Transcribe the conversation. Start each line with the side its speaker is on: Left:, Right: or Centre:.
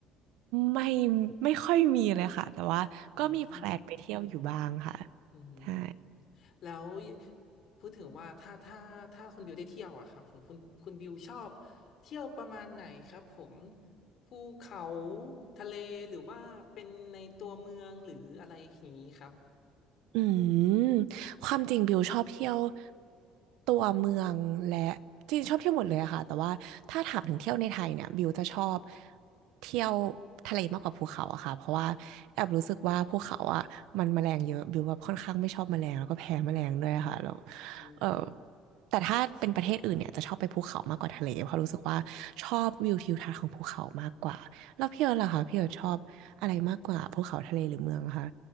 Right: ไม่ไม่ค่อยมีเลยค่ะแต่ว่าก็มีแพลนไปเที่ยวอยู่บ้างค่ะ
Left: อืมอืมอืม
Right: ใช่
Left: แล้วพูดถึงว่าถ้าถ้าถ้าคุณบิวได้เที่ยวอะครับผมคุณคุณบิวชอบเที่ยวประมาณไหนครับผมภูเขาทะเลหรือว่าเป็นในตัวเมืองหรืออะไรอย่างนี้ครับ
Right: อืมความจริงบิวชอบเที่ยวตัวเมืองและจริงชอบเที่ยวหมดเลยอะค่ะแต่ว่าถ้าถามถึงเที่ยวในไทยเนี่ยบิวจะชอบเที่ยวทะเลมากกว่าภูเขาอะค่ะเพราะว่าแอบรู้สึกว่าภูเขาอะมันแมลงเยอะบิวแบบค่อนข้างไม่ชอบแมลงแล้วก็แพ้แมลงด้วยค่ะแล้ว
Left: อืม
Right: เออแต่ถ้าเป็นประเทศอื่นเนี่ยจะชอบไปภูเขามากกว่าทะเลเพราะรู้สึกว่าชอบวิวทิวทัศน์ของภูเขามากกว่าแล้วพี่เอิร์ธล่ะคะพี่เอิร์ธชอบอะไรมากกว่าภูเขาทะเลหรือเมืองคะ